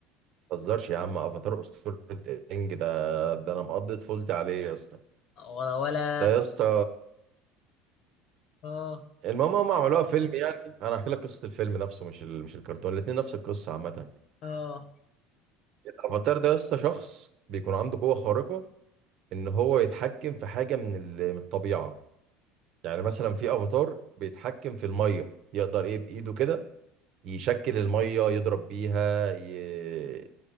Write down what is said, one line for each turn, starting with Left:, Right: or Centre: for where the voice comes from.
Right: ما تهزرش يا عم افاتار اسطورة انج ده ده انا مقضي طفولتي عليه يا اسطى
Left: ولا ولا
Right: ده يا اسطى
Left: اه
Right: المهم هم عملوها فيلم يعني انا هحكي لك قصه الفيلم نفسه مش ال... مش الكرتون الاثنين نفس القصه عامه
Left: اه
Right: الافاتار ده يا اسطى شخص بيكون عنده قوه خارقه ان هو يتحكم في حاجه من ال... من الطبيعه يعني مثلا في افاتار بيتحكم في الميه يقدر ايه بايده كده يشكل الميه يضرب بيها ي...